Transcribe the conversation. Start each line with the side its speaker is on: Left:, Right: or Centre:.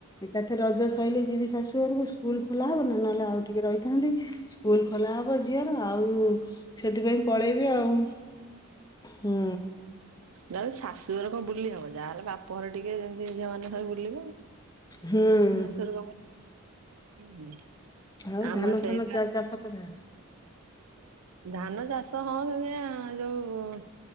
Left: ଏକା ଏଥର ରଜ ସଇଲେ ଯିବି ଶାଶୁ ଘରକୁ ସ୍କୁଲ ଖୋଲା ହବ ନା ନହେଲେ ଆଉ ଟିକେ ରହିଥାନ୍ତି। ସ୍କୁଲ ଖୋଲା ହବ ଝିଅର ଆଉ ସେଥିପାଇଁ ପଳେଇବି ଆଉ। ହୁଁ।
Right: ଯାହେଲେ ଶାଶୁ ଘର କଣ ବୁଲି ହବ ଯାହାହେଲେ ବାପଘର ଟିକେ ଯେମିତି ଝିଅ ମାନେ ସବୁ ବୁଲିବ।
Left: ହୁଁ,
Right: ଶାଶୁଘର କଣ ବୁଲି
Left: ଆଉ
Right: ଆମ
Left: ଧାନ
Right: ସେଇ
Left: ଫାନ ଚା ଚାଷ କଲା
Right: ଧାନ ଚାଷ ହଁ ସେମତିକା ଯୋଉ